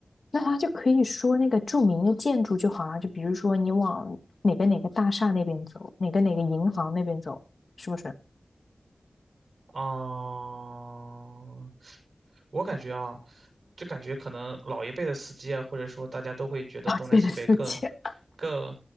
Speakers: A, on the left; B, on the right.
A: 那他就可以说那个著名的建筑就好啊，就比如说你往哪个哪个大厦那边走，哪个哪个银行那边走，是不是？
B: 啊。我感觉啊，就感觉可能老一辈的司机啊，或者说大家都会觉得东南西北更、
A: <laughs> 啊，变得四界，
B: 更、